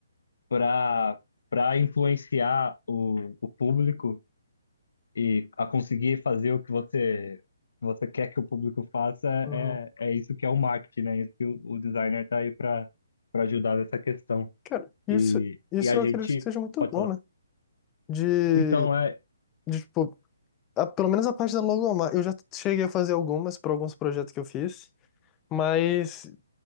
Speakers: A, on the left; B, on the left.
A: para para influenciar o, o público e a conseguir fazer o que você você quer que o público faça
B: Uhum.
A: é, é isso que é o marketing, né? É Isso que o, o designer está aí para para ajudar nessa questão.
B: Cara, isso,
A: E,
B: isso
A: e a
B: eu
A: gente
B: acredito que seja muito
A: pode
B: bom,
A: falar.
B: né? De,
A: Então é,
B: de tipo, a- pelo menos a parte da logomarca. Eu já cheguei a fazer algumas para alguns projetos que eu fiz, mas